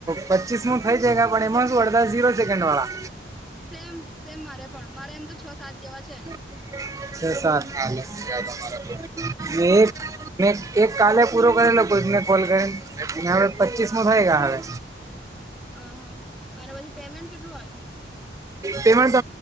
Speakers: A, on the right; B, in the centre.
A: પચીસ નું થઇ જાય પણ એમાં શુ અડધા જીરો- -સેકન્ડ વાળા
B: સેમ સેમ મારે પણ મારે એમ તો છ સાત જેવા છે.
A: <inaudible> મેં એક કાલે પૂરો કરેલો કોઈકને કોલ કરીને હવે પચીસ મોં થઈ ગયા હવે.
B: આ હા અને પછી પેમેન્ટ કેટલું આયુ?
A: પેમેંટ